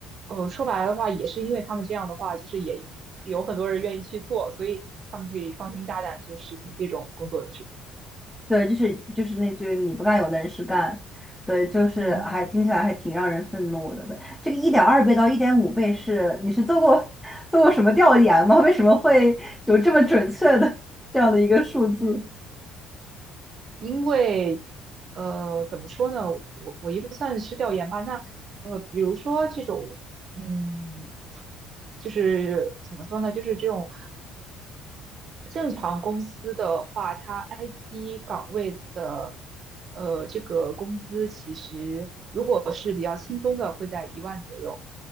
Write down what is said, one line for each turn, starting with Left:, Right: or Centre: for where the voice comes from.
Right: 呃，说白了的话，也是因为他们这样的话，就是也有很多人愿意去做，所以他们可以放心大胆就实行这种工作制度。
Centre: 对，就是就是那句你不干有的人是干，对，就是还听起来还挺让人愤怒的。
Right: 嗯
Centre: 对，这个一点二倍到一点五倍是你是做过 <laughs> 做过什么调研吗？为什么会有这么准确的这样的一个数字？
Right: 嗯，因为呃，怎么说呢，我我也不算是调研吧，那呃，比如说这种，嗯，就是怎么说呢，就是这种。正常公司的话，它 IT 岗位的呃这个工资其实如果是比较轻松的，会在一万左右。